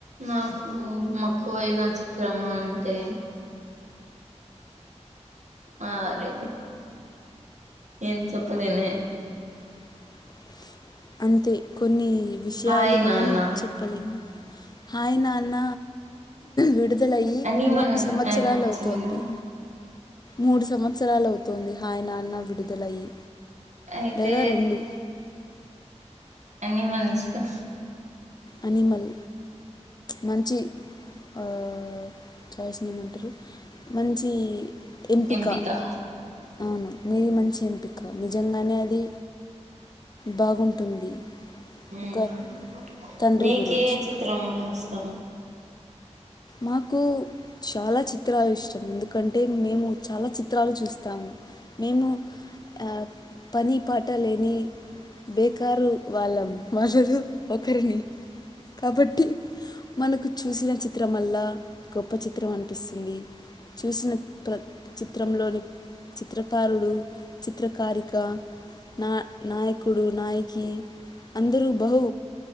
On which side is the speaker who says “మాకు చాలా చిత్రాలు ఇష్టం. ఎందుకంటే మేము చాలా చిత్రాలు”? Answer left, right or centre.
Left